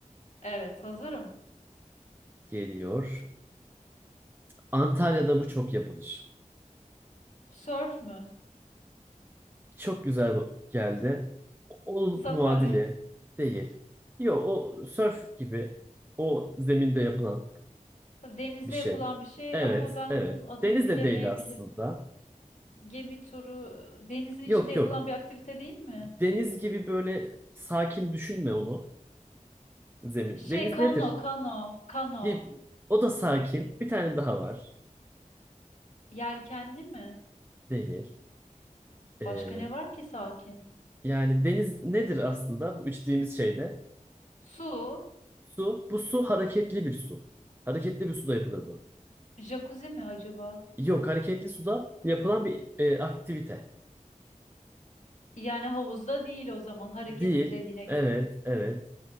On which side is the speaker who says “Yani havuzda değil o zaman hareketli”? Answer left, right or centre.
Left